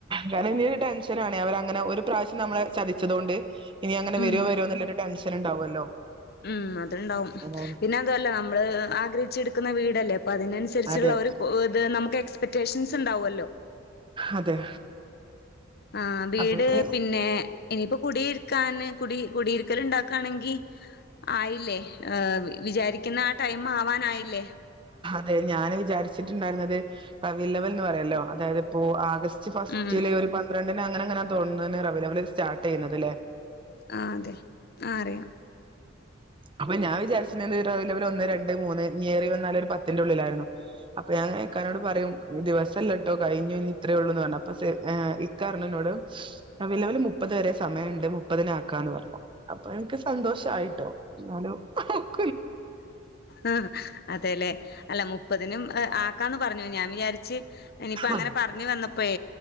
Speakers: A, on the right; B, on the left.
A: കാരണം ഇനരു ടെൻഷൻ ആണ് അവര അങ്ങനെ ഒരു പ്രാവശ്യം നമ്മള് ചതിച്ചതുകൊണ്ട് ഇനി അങ്ങനെ
B: ഉം
A: വരുോ വരുോ ഇല്ലാരു ടെൻഷൻ ഉണ്ടാവുമല്ലോ
B: ഉം അത്ണ്ടാവും
A: അതാണ്
B: പിന്നെ അതല്ലേ നമ്മള് ആഗ്രഹിച്ച എടുക്കുന്ന വീടല്ലേ അപ്പൊ അതിനനുസരിച്ചുള്ള
A: അതെ
B: ഒരു ഇത് നമുക്ക് എക് എക്സ്പെക്റ്റേഷൻസ് ഉണ്ടാവുമല്ലോ
A: അതെ
B: ആഹ വീട്
A: അപ്പൊ ഇനി
B: പിന്നെ ഇനിയിപ്പോ കുടിയിരിക്കാന് കുടി കുടിയിരിക്കൽ ഉണ്ടാക്കാണെങ്കിൽ ആയില്ലേഹ് വിചാരിക്കുന്ന ആ ടൈം ആവാനായില്ലേ
A: അത ഞാൻ വിചാരിച്ചിട്ടുണ്ടായിരുന്നത് ക വില്ലവൽ എന്ന് പറയല്ലോ അതായത് ഇപ്പോ ആസ്
B: ഉം
A: ജലൈ ഒരു പന്ത്രണ്ട് അങ്ങനെ അങ്ങനെയ തോന്ന അവൈലബി സ്റ്റർട്ട് ചെയ്യുന്നത് അല്ലെ
B: ആ അതെ ആ അറിയാം
A: അപ്പൊ ഞാൻ വിചാരിച്ച വിലവൽ ഒന്ന് രണ്ട് മൂന്ന് നേറി വന്നാല ഒരു പത്തിറെ ഉള്ളിലായിരുന്നു അപ്പൊ ഞങ്ങനക്കാനോട് പറയും ദിവസംല്ലോട്ടോ കഴിഞ്ഞഞ് ഇത്രയേ ഉള്ളൂന്ന് പറഞ്ഞു അൊ ഇക്കാരനോട് വിലവൽ മുപ്പത് വരെ സമയംുണ്ട് മുപ്പതിന ആക്കാംന്ന് പറഞ്ഞു അപ്പൊ എനിക്ക് സന്തോഷായിട്ടോ <unintelligible>
B: ആഹേ അതെല്ലേ അല്ല മുപ്പതിനുംമം ആ ആക്കാന്ന് പറഞ്ഞു ഞാൻ വിചാരിച്ച് ഇനിയിപ്പോ അങ്ങനെ
A: ആ
B: പറഞ്ഞു വന്നപ്പോേ